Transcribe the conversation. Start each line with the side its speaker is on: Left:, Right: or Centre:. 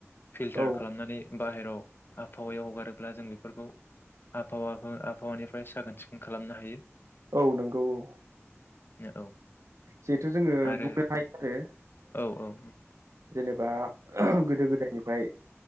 Left: फिल्टार
Right: औ
Left: खालामनानै बाहेराव आबहावायाव हगारोब्ला जों बेफोरखौ आबहावा <unintelligible> आबहावानिफ्राय साखोन सिखोन खा खालामनो हायो।
Right: औ नंगौ औ।
Left: न औ
Right: जिहेथु जोङो
Left: आरो
Right: बुंनो हायो आरो
Left: औ औ औ
Right: जेनेबा गोदो गोदायनिफ्राय